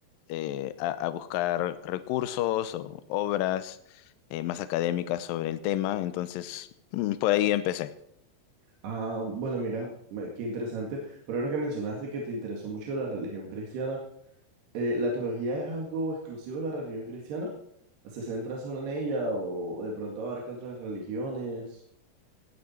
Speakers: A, on the left; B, on the right.
A: eh, a- a buscar recursos o obras eh, más académicas sobre el tema. Entonces, mm, por ahí empecé.
B: Ah, bueno, mira, me- qué interesante. Pero ahora que mencionaste que te interesó mucho la religión cristiana, eh, ¿la teología es algo exclusivo de la religión cristiana? ¿Se centra solo en ella o de pronto abarca otras religiones?